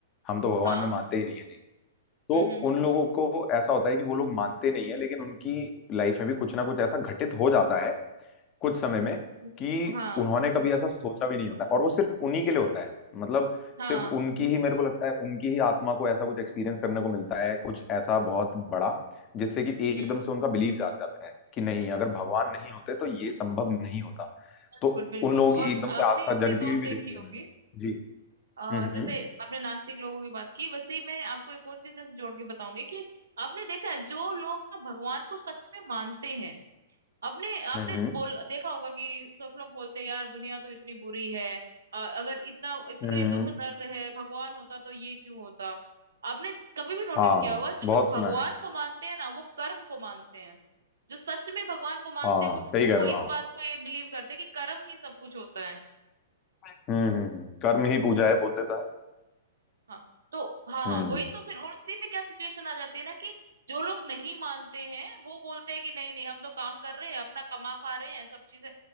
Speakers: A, on the left; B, on the right.
A: हम तो भगवान
B: हाँ
A: में मानते ही नहीं है जी तो
B: हम्म हम्म हम्म,
A: उन लोगों को ऐसा होता है कि वो लोग मानते नहीं है लेकिन उनकी लाइफ में भी कुछ ना कुछ ऐसा घटित हो जाता है कुछ समय में
B: जिस-
A: कि
B: हाँ
A: उन्होंने कभी ऐसा सोचा भी नहीं होता है। और वो सिर्फ उन्हीं के लिए होता है मतलब
B: हाँ
A: सिर्फ उनकी ही मेरे को लगता है उनकी ही आत्मा को ऐसा कुछ एक्सपीरियंस करने को मिलता है कुछ ऐसा बहुत बड़ा जिससे कि एकदम
B: हम्म
A: से उनका बिलीव जाग जाता है कि नहीं अगर भगवान नहीं होते तो ये संभव नहीं होता
B: बिल्कुल
A: तो
B: बिल्कुल
A: उन लोगों की
B: और
A: एकदम से
B: आपने
A: आस्था
B: एक चीज
A: जगती हुई
B: और
A: भी देखी
B: देखी
A: है
B: होगी
A: मैंने जी
B: अ,
A: हम्म
B: जैसे
A: हम्म
B: आपने नास्तिक लोगों की बात की वैसे ही मैं आपको एक और चीज जैसे जोड़ के बताऊंगी कि आपने देखा है जो लोग ना भगवान को सच में मानते हैं आपने आपने
A: हम्म हम्म
B: बोल देखा होगा कि सब लोग बोलते हैं यार दुनिया तो इतनी बुरी है अ, अगर इतना इतने
A: हम्म, हम्म।
B: दुख दर्द है भगवान होता तो ये क्यों होता आपने कभी भी नोटिस
A: हाँ
B: किया होगा जो
A: बहुत
B: लोग
A: सुना
B: भगवान
A: है
B: को मानते हैं ना वो कर्म को मानते हैं जो सच में भगवान को मानते
A: हाँ
B: हैं वो
A: सही
B: वो
A: कह रहे हो
B: इस
A: आप
B: बात को ये बिलीव करते हैं कि कर्म ही सब कुछ होता है
A: हम्म हम्म हम्म कर्म ही पूजा है बोलते तो है
B: हाँ तो हाँ हाँ
A: हम्म
B: वही तो फिर और उसी पे क्या सिचुएशन आ जाती है ना कि जो लोग नहीं मानते हैं वो बोलते हैं कि नहीं नहीं हम तो काम कर रहे हैं अपना कमा खा रहे हैं सब चीजें